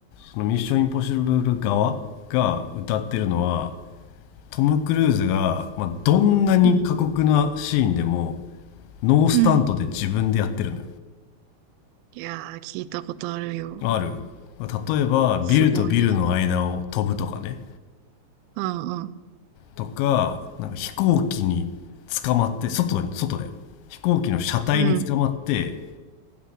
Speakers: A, on the left; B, on the right.
A: そのミッションインポッシブル側が歌ってるのはトム・クルーズが、まあ、どんなに過酷なシーンでも
B: うん。
A: ノースタントで自分でやってるの
B: うんいやー、聞いたことあるよ。
A: よある例えばビルとビルの間を飛ぶとかね
B: すごいよね。うん、うん、
A: とかなんか飛行機に捕まって外に外だよ飛行機の車体に捕まって
B: うん。うん